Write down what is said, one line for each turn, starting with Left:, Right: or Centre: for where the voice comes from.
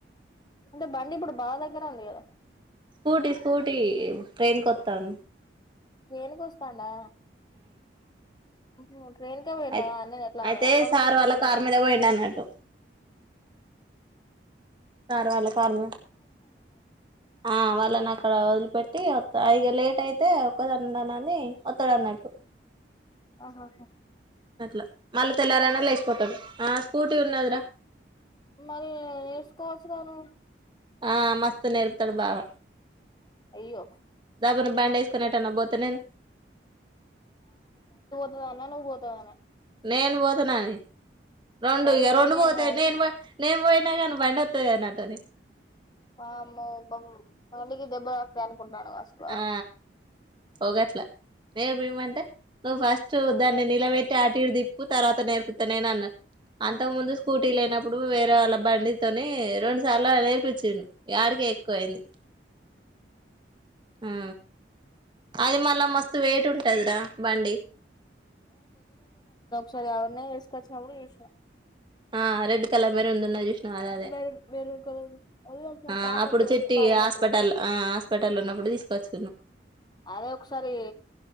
Left: అంటే బండి ఇప్పుడు బావ దగ్గరే ఉంది గదా
Right: స్కూటీ స్కూటీ ట్రైన్ కొత్తాం
Left: ట్రేన్కి వస్తాండా ఉహు ట్రైన్ కే పోయిండ
Right: అయి
Left: అన్న ఎట్లా
Right: అయితే
Left: అన్నమయి
Right: సార్
Left: కోస
Right: వాళ్ళ
Left: అనుకో
Right: కారు మీద పోయిండు అన్నట్టు సార్ వాళ్ళ కార్ ఆ వాళ్ళని అక్కడ వదిలిపెట్టి అయిగ లేట్ అయితే ఒక్కదని ఉన్నానని ఒత్తాడు అన్నట్టు
Left: ఆహోహ
Right: అట్లా మళ్ళీ తెల్లారనా లేచిపోతాడు స్కుటీ ఉన్నదరా
Left: మరి నేర్చుకోవచ్చు గాను
Right: ఆ మస్త్ నేర్పుతాడు బావ
Left: అయ్యో
Right: దాబన బ్యాండ్ వేసుకునెటన్న పోతే నేను
Left: నువ్ అన్న నువు పోతావన
Right: నేను పోతున్నాను రెండు
Left: బండి
Right: ఇగ
Left: పోయినేం
Right: రెండు పోతాయి
Left: కాదు
Right: నేను నేను పో న గాని బండోత్తది గదా నాతోని
Left: వామ్మో బం బండికి దెబ్బ దాకుతాయి అనుకుంట నడవసావా
Right: ఆ పోగట్లా నేర్పియమంటే నువ్వు ఫస్ట్ దాన్ని న్ని నిలవెట్టి ఆటు ఇటు దిప్పు తర్వాత నేర్పుతా నేను అన్ను అంత ముందు స్కూటీ లేనప్పుడు వేరే వాళ్ళ బండితోని రెండు సార్లు నేర్పించిడు ఆడికే ఎక్కువ అయింది ఊ అది మ ల మస్తు వెయిట్ ఉంటాందిరా బండి
Left: సర అవన్నీ ఏసకచ్చినపుడు ఇశిరా
Right: ఆ రెడ్ కలర్ మెరూన్ ది ఉన్నది చు అద అదే
Left: మెరూన్ మెరూన్ కలర్ అదే ఒకసారి
Right: ఆ
Left: పాపకు
Right: అప్పుడు
Left: హెల్త్
Right: చెట్టి
Left: బాలేనప్పుడు
Right: హాస్పిటల్ హాస్పిటల్ ఉన్నప్పుడు తీసుకోచ్చు
Left: అదే ఒకసారి